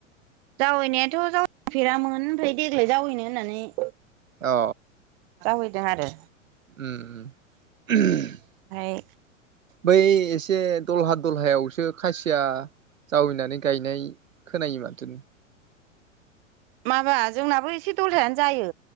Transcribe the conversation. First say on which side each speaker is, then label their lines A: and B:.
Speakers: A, on the right; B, on the right.
A: जावैनायाथ' जावैफेरामोन ओमफाय देग्लाय जावैनो होननानै
B: अ
A: जावैदों आरो
B: उम <unintelligible>
A: ओमफ्राय
B: बै एस से दलहा दलहायावसो खासिया जावैनानै गायनाय खोनायो माथो
A: माबा जोंनाबो एसे दलहायानो जायो